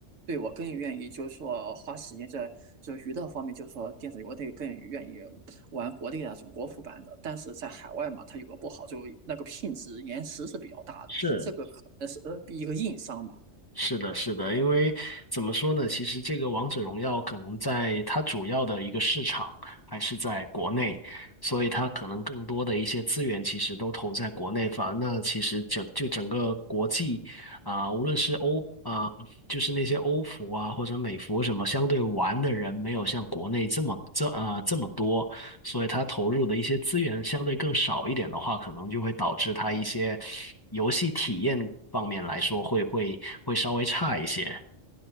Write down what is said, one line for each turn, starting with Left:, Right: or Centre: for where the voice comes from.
Right: 对我更愿意就是说花时间在就娱乐方面，就是说电子游类更愿意玩国内那种国服版的，但是在海外嘛，它有个不好，就那个品质延迟是比较大的，
Left: 是，
Right: 这个可能是呃一个硬伤吧。
Left: 是的，是的，因为怎么说呢？其实这个《王者荣耀》可能在它主要的一个市场还是在国内，所以它可能更多的一些资源其实都投在国内方。那其实整就整个国际啊、无论是欧啊、就是那些欧服啊或者美服什么，相对玩的人没有像国内这么这啊、这么多，所以它投入的一些资源相对更少一点的话，可能就会导致它一些游戏体验方面来说会会会稍微差一些。